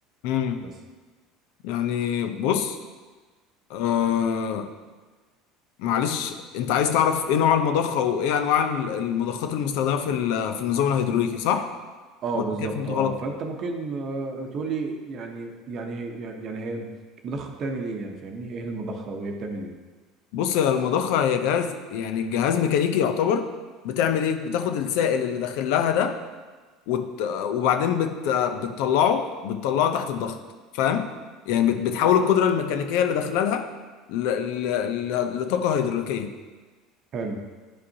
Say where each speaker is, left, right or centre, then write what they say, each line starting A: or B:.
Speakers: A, on the left (about 70°); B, on the right (about 45°).
A: امم
B: بس
A: يعني بص آه معلش انت عايز تعرف ايه نوع المضخة وايه انواع ال- المضخات المستخدمة في ال- في النظام الهيدروليكي صح
B: اه
A: ولا
B: بالظبط
A: كده فهمت
B: اه
A: غلط
B: فانت ممكن آه، تقول لي يعني يعني يعني هي المضخه بتعمل ايه يعني فاهمني ايه المضخه وهي بتعمل ايه
A: بص يا المضخة هي جهاز يعني الجهاز ميكانيكي يعتبر بتعمل ايه بتاخد السائل اللي داخل لها ده وت... وبعدين بت... بتطلعه بتطلعه تحت الضغط فاهم يعني بت... بتحول القدرة الميكانيكية اللي داخلها لها ل... ل... ل... لطاقة هيدروليكية
B: حلو